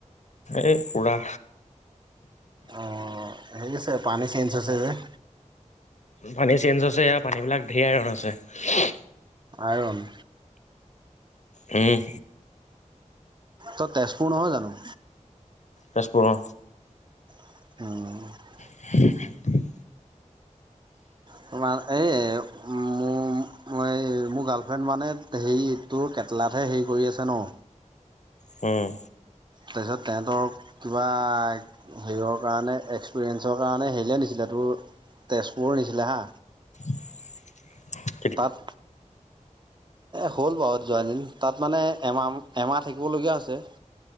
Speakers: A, on the left; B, on the right.
A: এই পুৰা
B: অ হেৰি আছে পানী চেঞ্জ হৈছে যে।
A: পানী চেঞ্জ হৈছে ইয়াৰ পানী বিলাক ধেৰ আইৰণ আছে।
B: আইৰণ
A: উম।
B: তই তেজপুৰ নহয় জানো?
A: তেজপুৰ অ।
B: অহ।
A: <unintelligible>
B: তোমাৰ এই মোৰ মই এই মোৰ গাৰ্লফ্ৰেণ্ড মানে হেৰিটো কেটলাতহে হেৰি কৰি আছে ন,
A: হম
B: তাৰপিছত তেহেঁতৰক কিবা হেৰিয়ৰ কাৰণে এক্সপিৰিয়েঞ্চৰ কাৰণে হেৰিয়ে নিছিলে তোৰ তেজপুৰ নিছিলে হা,
A: <unintelligible>
B: তাত হ'ল বাৰু যোৱা দিন, তাত মানে এমাহ এমাহ থাকিবলগীয়া হৈছে।